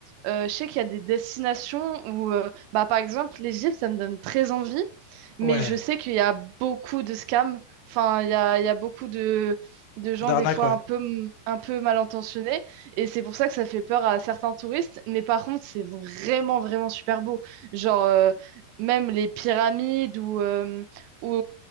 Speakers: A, on the right; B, on the left.
A: Euh, je sais qu'il y a des destinations où euh, bah, par exemple, l'Égypte, ça me donne très envie, mais
B: ouais.
A: je sais qu'il y a beaucoup de scams. Enfin, il y a, il y a beaucoup de, de gens,
B: D'arnaque,
A: des fois,
B: ouais.
A: un peu, m- un peu mal intentionnés. Et c'est pour ça que ça fait peur à certains touristes. Mais par contre, c'est vraiment, vraiment super beau. Genre, euh, même les pyramides où, euh, où